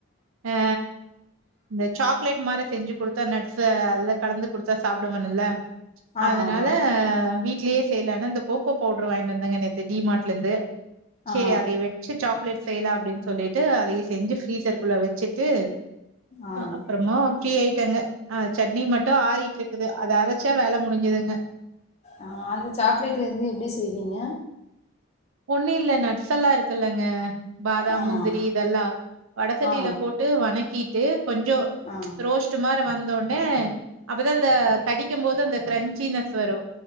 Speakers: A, on the right; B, on the left.
A: அ இந்த சாக்லேட் மாரே செஞ்சு கொடுத்தா நட்ஸ் அதுல கலந்து கொடுத்தா சாப்டுவானல்ல
B: ஆமா
A: அதனால வீட்லேயே செய்லான்னு இந்த கோக்கோ பவுடரு வாய்ங்னு வந்தேங்க நேத்து டி மார்ட்லருந்து செரி
B: ஆ
A: அதைய வெச்சு சாக்லேட் செய்யலா அப்படின்னு சொல்லிட்டு அதைய செஞ்சு ஃப்ரீசர்க்குள்ள வச்சுட்டு
B: ஆ
A: அப்றமா ஃப்ரீ ஆய்டேங்க அ சட்னி மட்டு ஆயீட்டிருக்குது அத அர ச வேல முடிஞ்சதுங்க
B: ஆ அந்த சாக்லேட் எது எப்டி செய்வீங்க
A: ஒண்ணு இல்ல நட்ஸ் எல்லா இருக்கல்லங்க பாதம்
B: ஆமா
A: முந்திரி இதெல்லா வடசட்டில
B: ஆ
A: போட்டு வனக்கீட்டு கொஞ்சோ
B: ஆ
A: ரோஸ் ட்டு மார வந்தோனே அப்பதா அந்த கடிக்கும்போது அந்த கிரன்ச்சினஸ் வரு